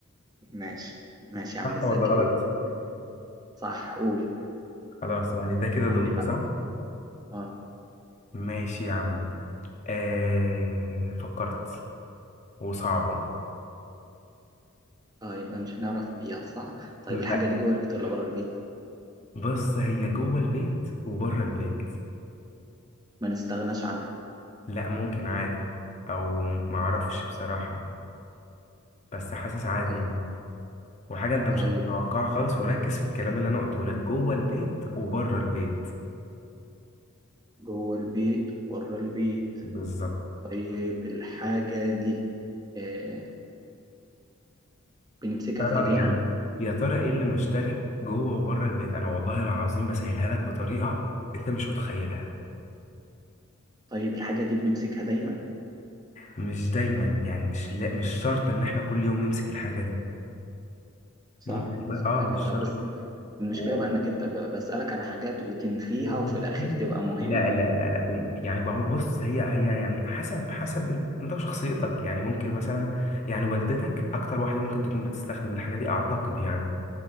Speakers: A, on the right; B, on the left.
A: ماشي ماشي يا
B: صح
A: عم الزكي
B: ولا غلط
A: قول صح قول
B: خلاص يعني ده كده دوري
A: اني بقى
B: صح
A: اه
B: ماشي يا عم آه فكرت وصعبة
A: اه يبقى مش هنعرف بيها صح طيب
B: لا
A: الحاجة دي جوه البيت ولا بره البيت
B: بص هي جوه البيت وبره البيت
A: ما نستغناش عنها
B: لا ممكن عادي او معرفش بصراحة بس حاسس عادي
A: طيب
B: يعني وحاجة انت مش
A: طيب
B: هتتوقعها خالص وركز في الكلام اللي انا قلته لك جوه البيت وبره البيت
A: جوه البيت وبره البيت
B: بالظبط
A: طيب الحاجة دي آه بنمسكها
B: ترى
A: في ايدينا
B: يعني يا ترى ايه اللي مشترك جوه وبره البيت انا والله العظيم بسهلها لك بطريقة انت مش متخيلها
A: طيب الحاجة دي بنمسكها دايما
B: مش دايما يعني مش لا مش شرط ان احنا كل يوم نمسك الحاجه دي
A: صح
B: ممكن ما-
A: ثواني
B: اه مش
A: طيب
B: شرط
A: بس المشكلة
B: و-
A: بقى انك انت ب- بسألك على حاجات وتنفيها
B: وممكن
A: وفي الاخر تبقى مهمة
B: لا لا لا لا وم- يعني ما هو بص هي هي يعني حسب حسب ال- انت وشخصيتك يعني ممكن مثلا يعني والدتك اكتر واحده ممكن تكون بتستخدم الحاجه دي اعتقد يعني